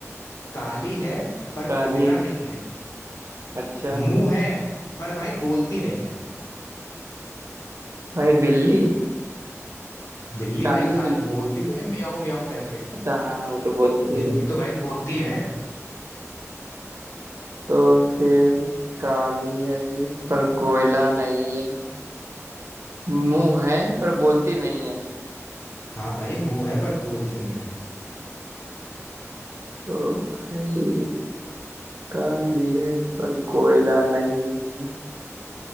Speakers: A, on the left; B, on the right.
A: काली है पर
B: काली
A: कोयला नहीं है
B: अच्छा
A: मुंह है पर भाई बोलती नहीं है
B: भाई बिल्ली
A: बिल्ली
B: काली
A: भाई काल
B: बिल्ली
A: बोलती तो है मियाऊ मियाऊ करके
B: अच्छा हाँ वो तो बोलती
A: बिल्ली
B: है
A: तो भाई बोलती है
B: तो फिर काली है पर कोयला नहीं है मुंह है पर बोलती नहीं है
A: हाँ भाई मुंह है पर बोलती नहीं है
B: तो भाई काली है पर कोयला नहीं है